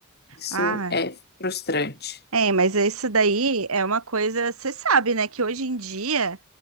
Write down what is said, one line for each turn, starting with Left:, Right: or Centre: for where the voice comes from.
Left: Isso
Right: Ah,
Left: é frustrante.
Right: É, mas isso daí é uma coisa, você sabe, né, que hoje em dia,